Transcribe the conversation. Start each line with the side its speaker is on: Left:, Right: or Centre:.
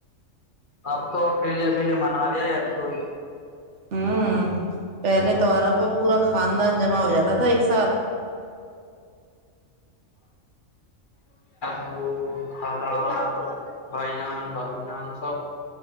Left: اب تو آکریلیا اکیلے منا رہیا ابھی کوئی
Right: ہوں پہلے توہارا پ پورا خاندان جمع ہو جاتا ایک سات
Left: بو دادا بھائی جان بائی جان سب